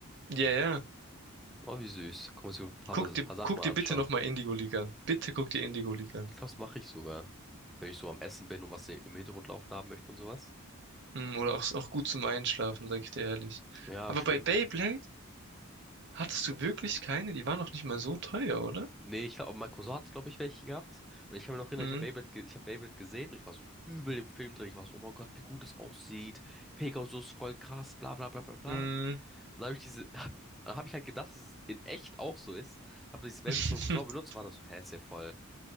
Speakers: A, on the right; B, in the centre.
A: Ja, ja.
B: Oh, wie süß. Kann man sich so ein paar,
A: Guck
B: Mal, ein
A: dir,
B: paar Sachen
A: guck
B: mal
A: dir
B: anschauen.
A: bitte nochmal Indigo League an. Bitte guck dir Indigo League an.
B: Ich glaube, das mache ich sogar. Wenn ich so am Essen bin und was im Hintergrund laufen haben möchte und sowas.
A: Mm, Oder auch, auch gut zum Einschlafen, sag ich dir ehrlich.
B: Ja,
A: Aber
B: stimmt.
A: bei Beyblade hattest du wirklich keine? Die waren noch nicht mal so teuer, oder?
B: Nee, ich glaube, mein Cousin hat, glaube ich, welche gehabt. Und ich kann mir noch erinnern,
A: Mm,
B: ich habe Beyblade, ge ich hab Beyblade gesehen und ich war so übel im Film drin. Ich war so, oh mein Gott, wie gut es aussieht. Pegasus, voll krass, bla bla bla bla bla.
A: mm.
B: Und dann habe ich diese, <laughs> hab, dann hab ich halt gedacht, dass es in echt auch so ist. Habe dieses Babyliss
A: <laughs>
B: von meinem Cousin benutzt und war dann so, hä, ist ja voll,